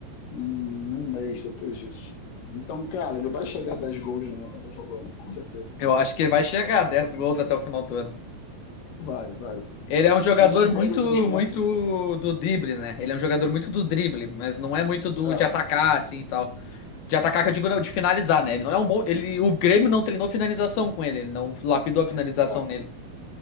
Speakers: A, on the left; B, on the left.
A: em um mês depois disso. Então, cara, ele vai chegar a 10 gols no Atlético Falando, com certeza.
B: Eu acho que ele vai chegar a 10 gols até o final do ano.
A: Vai, vai.
B: Ele é um jogador
A: Se em um
B: muito,
A: mês ele fez quatro,
B: muito do drible, né? Ele é um jogador muito do drible, mas não é muito do
A: É,
B: de atacar, assim e tal. De atacar, que eu digo, não, de finalizar, né? Ele não é um bom. Ele, o Grêmio não treinou finalização com ele, ele não lapidou a finalização
A: é.
B: nele.